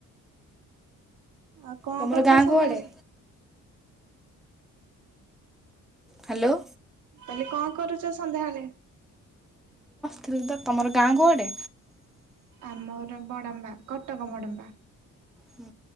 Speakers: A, on the right; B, in the centre.
A: ଆଉ କଣ
B: ତମର
A: କରୁଚ
B: ଗାଁ
A: ସନ୍ଧ୍ୟାବେଳେ?
B: କୁଆଡ଼େ ହ୍ୟାଲୋ?
A: ତମେ କଣ କ କରୁଛ ସନ୍ଧ୍ୟାବେଳେ?
B: ଥିଲ ତମର ଗାଁ କୁଆଡେ?
A: ଆମର ବଡ଼ମ୍ବା କଟକ ବଡମ୍ବା।
B: ହଁ